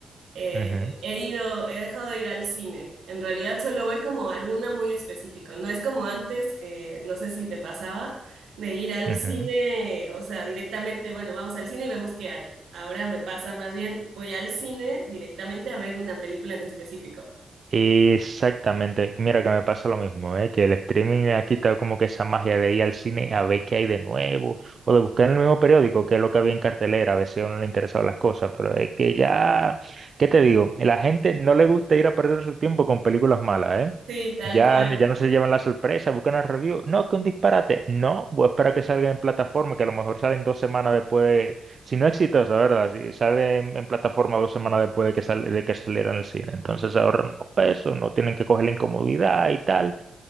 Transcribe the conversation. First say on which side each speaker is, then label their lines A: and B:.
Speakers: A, on the right; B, on the right.
A: eh,
B: Ujú,
A: he ido, he dejado de ir al cine. En realidad solo voy como a alguna muy específica. No es como antes, que no sé si te pasaba, de ir al
B: ujú.
A: cine, o sea, directamente, bueno, vamos al cine y vemos qué hay. Ahora me pasa más bien, voy al cine directamente a ver una película en específico.
B: Exactamente. Mira que me pasa lo mismo, ¿eh? Que el streaming ha quitado como que esa magia de ir al cine a ver qué hay de nuevo o de buscar en el mismo periódico qué es lo que había en cartelera, a ver si a uno le interesaban las cosas, pero es que ya, ¿qué te digo? La gente no le gusta ir a perder su tiempo con películas malas, ¿eh?
A: Sí, tal
B: Ya,
A: cual.
B: ya no se llevan la sorpresa, buscan el review. No, que un disparate. No, voy a esperar a que salga en plataforma, que a lo mejor salen dos semanas después si no exitosa, ¿verdad? Si sale en, en plataforma dos semanas después de que, sale, de que saliera en el cine. Entonces ahorran unos pesos, no tienen que coger la incomodidad y tal.